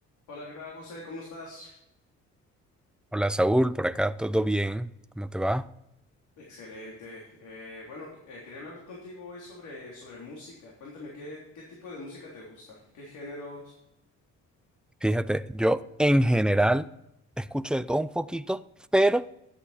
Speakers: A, on the left; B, in the centre.
A: Hola, ¿qué tal, José? ¿Cómo estás?
B: Hola Saúl, por acá todo bien, ¿cómo te va?
A: Excelente. Eh, bueno, qu- eh, quería hablar contigo hoy sobre, sobre música. Cuéntame, ¿qué, qué tipo de música te gusta? ¿Qué géneros?
B: Fíjate, yo en general escucho de todo un poquito, pero